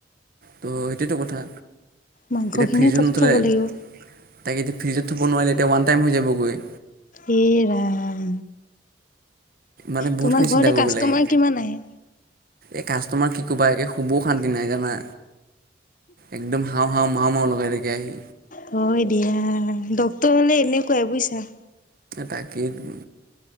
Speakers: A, on the right; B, on the left.
A: ত' সেইটোতো কথা
B: মাংসখিনিও
A: এতিয়া ফ্ৰীজত
B: তাতে
A: নথলে
B: থ'ব লাগিব
A: তাকে এতিয়া ফ্ৰিজত থ'ব নোৱাৰিলে এতিয়া ওৱান টাইম হৈ যাবগৈ
B: এ ৰাম
A: মানে
B: তোমাৰ
A: বহুতখিনি
B: ঘৰলে
A: চিন্তা কৰিব
B: কাষ্টমাৰ
A: লাগে
B: কিমান আহে
A: এই কাষ্টটমাৰ কি ক'বা একে শুবও শান্তি নাই জানা একদম হাওঁ হাওঁ মাও মাও লগাই থাকে আহি
B: হয় দিয়া ডক্তৰ হলে এনেকুৱাই বুজিছা
A: তাকেইটো